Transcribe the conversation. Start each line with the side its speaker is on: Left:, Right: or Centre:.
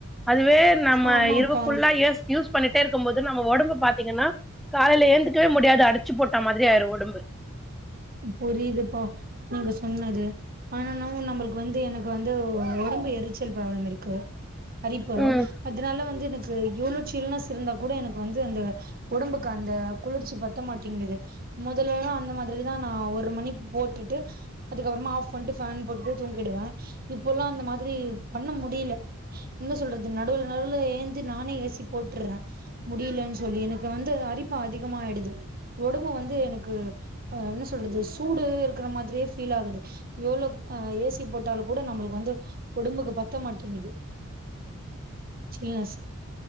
Centre: அதுவே நம்ம
Right: ஆமாப்பா
Centre: இரவு ஃபுல்லா ஏ சி யூஸ் பண்ணிட்டே இருக்கும் போது நம்ம ஒடம்பு பாத்தீங்கன்னா காலேல எழுந்துக்கவே முடியாது அடிச்சு போட்ட மாதிரி ஆயிரு ஒடம்பு
Right: புரியிதுப்பா நீங்க சொன்னது ஆனா என்னவோ நம்மளுக்கு வந்து எனக்கு வந்து ஒடம்பு எரிச்சல் ப்ராப்ளம் இருக்கு அரிப்பு
Centre: ம்
Right: அதனால வந்து எனக்கு எவ்ளோ சில்னஸ் இருந்தா கூட எனக்கு வந்து அந்த ஒடம்புக்கு அந்த குளிர்ச்சி பத்த மாட்டேங்குது மொதலல்லா அந்த மாதிரிதா நா ஒரு மணி போட்டுட்டு அதுக்கப்பறமா ஆஃப் பண்ணிட்டு ஃபேன் போட்டுட்டு தூங்கிடுவே இப்பல்லா அந்த மாதிரி பண்ண முடியல என்ன சொல்றது நடுவுல நடுவுல எழுந்து நானே ஏ சி போட்டுற்றே முடியலன்னு சொல்லி எனக்கு வந்து அரிப்பு அதிகமாயிடுது ஒடம்பு வந்து எனக்கு ஆ என்ன சொல்றது சூடு இருக்குற மாதிரியே ஃபீல் ஆகுது எவ்ளோ ஆ ஏ சி போட்டாலு கூட நம்மளுக்கு வந்து ஒடம்புக்கு பத்த மாட்டேங்குது சில்னஸ்